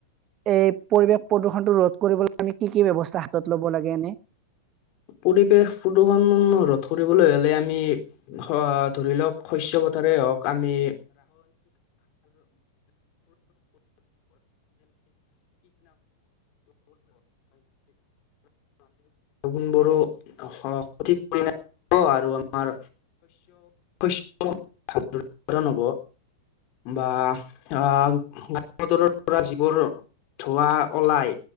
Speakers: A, on the right (about 35°); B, on the left (about 45°).
A: এই পৰিৱেশ প্ৰদূষণতটো ৰোধ কৰিবলৈ আমি কি কি ব্যৱস্থা হাতত ল'ব লাগে এনে।
B: পৰিৱেশ প্ৰদূষণ ৰোধ কৰিবলৈ হ'লে আমি হ। ধৰি লওক শস্য পথাৰে হওক। আমি <unintelligible> গুণবোৰো সঠিক পৰিমাণে হ'ব আৰু আমাৰ উৎপাদন ভাল দৰে হ'ব। বা অ। <unintelligible> পৰা জিবোৰ ধোৱা অলাই